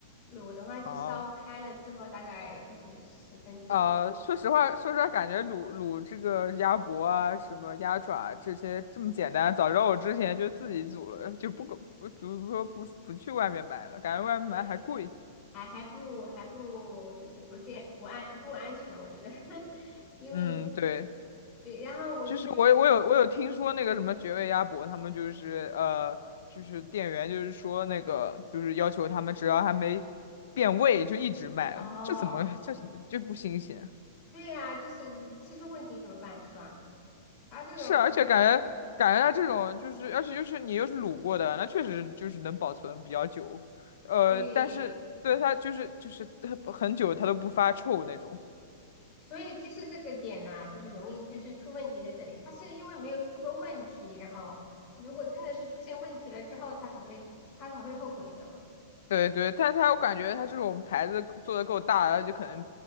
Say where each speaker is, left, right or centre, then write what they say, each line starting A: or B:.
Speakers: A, on the left; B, on the left.
A: 卤的话就烧开了之后，
B: 哦、
A: 大概就是十分钟。
B: 呃，说实话，说实话，感觉卤卤这个鸭脖啊，什么鸭爪这些这么简单，早知道我之前就自己煮了，就不搞不不说不不去外面买了，感觉外面买还贵。
A: 对，还还不还不就是不健不安不安全，我觉得，<laughs> 因为
B: 嗯，对，
A: 对，然后我就觉得
B: 就是我我有我有听说那个什么绝味鸭脖，他们就是呃，就是店员就是说那个就是要求他们只要还没变味就一直卖，
A: 哦，
B: 这怎么这怎么就不新鲜？
A: 对呀、就是吃出问题怎么办是吧？他这种
B: 是，而且感觉感觉它这种就是，而且就是你又是卤过的，那确实就是能保存比较久。呃，
A: 对，
B: 但是对它就是就是它很久它都不发臭那种。
A: 所以就是这个点呐、就是容易就是出问题在这里，他是因为没有出过问题，然后如果真的是出现问题了之后，他才会他才会后悔的。
B: 对对，但它我感觉它这种牌子做的够大，它就可能